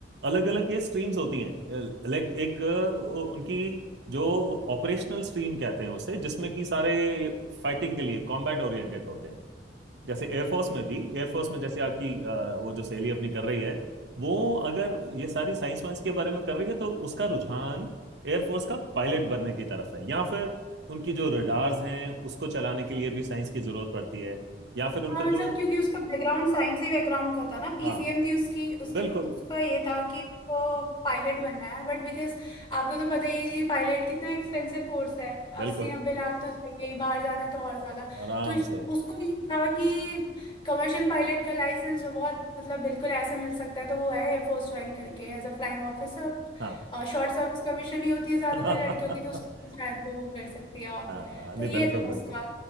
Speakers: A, on the right; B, on the left.
A: अलग अलग ये स्ट्रीम्स होती हैं लाइक एक अ, उ- उनकी जो ऑपरेशनल स्ट्रीम कहते हैं उसे जिसमें कि सारे फाइटिंग के लिए कॉम्बैट ओरिएंटेड होते हैं जैसे एयरफोर्स में भी एयरफोर्स में जैसे आपकी अ, वो जो सहेली अपनी कर रही है वो अगर ये सारी साइंस वाइंस के बारे में कर रही है तो उसका रुझान एयरफोर्स का पायलट बनने की तरफ है या फिर उनकी जो रडार्स हैं उसको चलाने के लिए भी साइंस की जरूरत पड़ती है या फिर उनका
B: हाँ मतलब
A: जो
B: क्योंकि उसका बैकग्राउंड साइंस ही बैकग्राउंड का था ना पीसीएम
A: हाँ
B: थी उसकी उसके
A: बिल्कुल
B: बाद उसका ये था कि उसको पायलट बनना है बट बिकॉज आपको तो पता ही है कि पायलट कितना एक्सपेंसिव कोर्स है
A: बिल्कुल
B: अस्सी नब्बे लाख तो चाहिए ही बाहर जाना तो और
A: अ-
B: ज्यादा
A: आराम
B: तो इस-
A: से
B: उसको ये था कि कमर्शियल पायलट का लाइसेंस जो बहुत मतलब बिल्कुल ऐसे मिल सकता है तो वो है एयरफोर्स ज्वाइन करके एज अ फ्लाइंग ऑफिसर
A: हाँ
B: और शॉर्ट सर्विस कमीशन ही होती है ज्यादातर
A: <laughs>
B: लड़कियों की तो उसको शायद वो कर सकती है आप
A: हाँ
B: तो
A: नहीं
B: ये
A: बिल्कुल
B: था
A: बिल्कुल
B: उसका